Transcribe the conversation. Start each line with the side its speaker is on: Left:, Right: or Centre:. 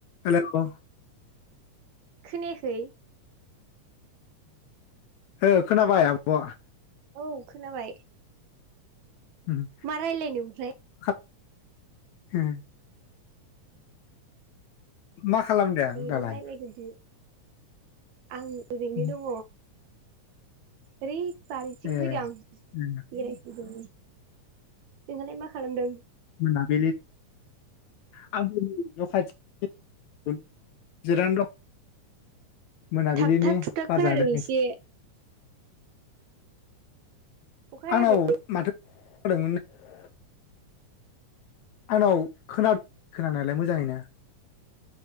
Left: Hello
Right: खोनायाखै?
Left: ओ खोनाबाय आब'।
Right: औ खोनाबाय।
Left: उम,
Right: मा रायलायनो ओमफ्राय?
Left: खा- उम। मा खालामदों
Right: दे
Left: दालाय?
Right: नों रायलायग्रोदो आं ओरैनो
Left: उम,
Right: दङ'। ओरै बारिथिं
Left: ए
Right: फैदो आं
Left: उम,
Right: बेरायफैदों। नोंहालाय मा खालामदों
Left: मोनाबिलि <unintelligible> जिरायना दं। मोनाबिलिनि
Right: थाबथा थुुबथा
Left: बार
Right: खोनादों
Left: जादों
Right: एसे। अखा हायाखै
Left: आंनाव माथो <unintelligible> आंनाव खोना खोनानायालाय मोजाङैनो।